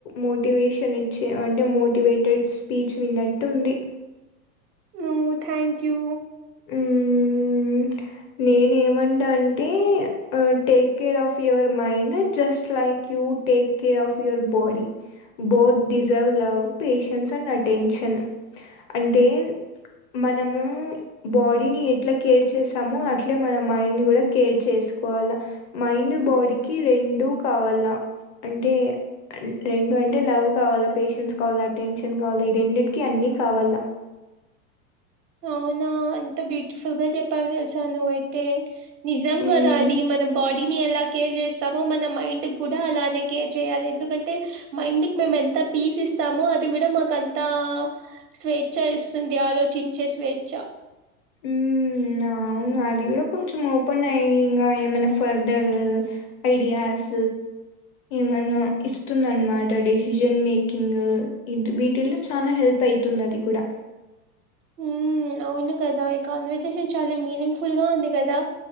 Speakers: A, on the left (about 45°); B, on the right (about 80°).
A: మోటివేషన్ ఇచ్చి అంటే మోటి టివేటెడ్ స్పీచ్ విన్నట్టు ఉంది
B: ఓ థ్యాంక్ యూ
A: ఉమ్ నేను ఏమంట అంటే take care of your mind just like you take care of your body both deserve love patience and attention అంటే మనము బాడీని ఎట్లా కేర్ చేస్ నము అట్లే మన మైండ్ ని గుడా కేర్ చేసుకోవాల మైండ్ బాడీకి రెండు కావాల్ లా అంటే రెండు అంటే లవ్ కావాలా పేషెన్స్ కావాలా అటెన్షన్ కావాలా ఈ రెండిటికి అన్నీ కావాలా
B: అవునా ఎంత బ్యూటిఫుల్ గా చెప్పావ్ తెల్సా నువ్వయితే నిజం
A: హ్మ్.
B: గదా అది మనం బా డిని ఎలా కేర్ చేస్తామో మన మైండ్ కూడా అలానే కేర్ చేయాలి ఎందుకంటే మైండ్క్ మేమేన్ త పీస్ ఇస్తామో అది కూడా మాకుంత స్వేచ్ఛ ఇస్తుంది ఆలోచిం చే స్వేచ్ఛ
A: ఉమ్ నా అది గుడా కొంచెం ఓపెన్ అయి ఇంగ ఏమనా ఫర్దర్ ఐడియాస్ ఏమన్నా ఇస్తుంద అన్మాట డెసిజన్ మేకింగ్ ఇట్రీబీటిల్లో చానా హెల్ప్ అయితుంది అది కూడా
B: ఉమ్ అవును కదా ఈ కాన్వర్జేషన్ చాలా మీనింగ్ ఫుల్ గా ఉంది కదా